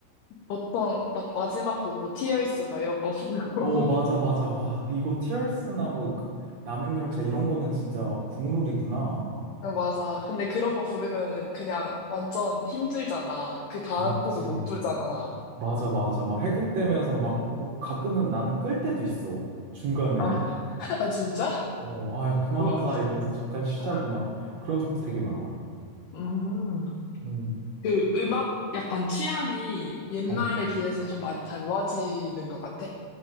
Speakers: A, on the left (about 75°); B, on the right (about 70°).
A: 보통 막 마지막 곡으로 Tears 막 이런 거 부르고.
B: 어 맞아
A: <laughs>
B: 맞아 와 이거 티얼스나 뭐 그 남행열차 이런 거는 진짜 국룰이구나.
A: 어, 맞아. 근데 그런 거 부르면은 그냥 완전 힘들잖아. 그 다음
B: 맞지
A: 곡을 못 부르잖아.
B: 맞아 맞아 막 핵핵대면서 막뭐 가끔은 나는 끌 때도 있어 중간에.
A: 아, <laughs> 아, 진짜?
B: 어, 아, 야, 그만하자
A: 우-
B: 이러면서 잠깐 쉬자고
A: 아,
B: 막 그런 적도 되게 많아.
A: 음.
B: 음,
A: 그 음악 약간 취향이 옛날에
B: 어,
A: 비해서 좀 많이 달라지는 것 같아?